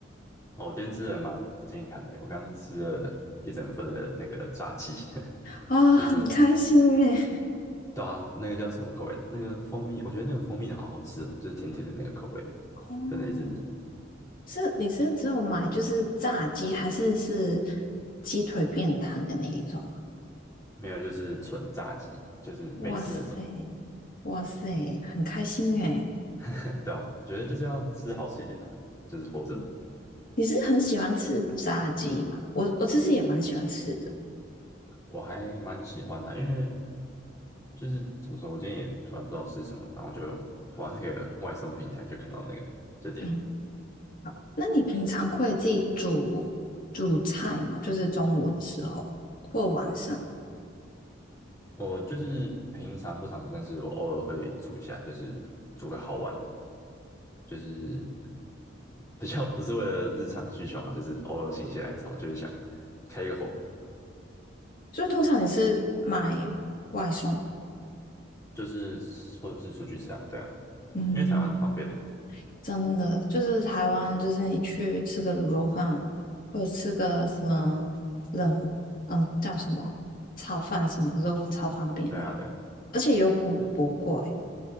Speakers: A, on the left; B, on the left.
A: 哦，我今天吃的蛮不健康的，我刚刚吃了一整份的那个炸鸡，<laughs>
B: 啊、
A: 就是
B: 哦很开心诶。
A: 对啊，那个叫什么口味啊？那个蜂蜜，我觉得那个蜂蜜的好好吃哦，就是甜甜的那个口味，
B: 哦，
A: 真的一直
B: 是你是只有买就是炸鸡，还是是鸡腿便当的那一种啊？
A: 没有，就是纯炸鸡，就是美式那种。
B: 哇塞，哇塞，很开心诶。
A: <laughs> 对啊，觉得就是要吃好吃一点的啊，就是活着嘛。
B: 嗯你是很喜欢吃炸鸡吗？我我其实也蛮喜欢吃的。
A: 我还蛮喜欢的啊因为就是怎么说，我今天也突然不知道吃什么，然后就滑那个外送平台，就看到那个就点了。
B: 嗯，那你平常会自己煮煮菜吗？就是中午的时候或晚上？
A: 我就是平常不常煮，但是我偶尔会煮一下，就是煮个好玩的，就是 <laughs> 比较不是为了日常需求嘛，就是偶尔心血来潮，就是想开一个火，
B: 所以通常你是买外送，
A: 就是或者是出去吃啊，对啊，
B: 嗯，
A: 因为台湾很方便嘛。
B: 真的就是台湾，就是你去吃个卤肉饭，或者吃个什么冷，嗯、叫什么炒饭什么的都超方便
A: 对啊，对啊，
B: 而且又不不贵。
A: 呃，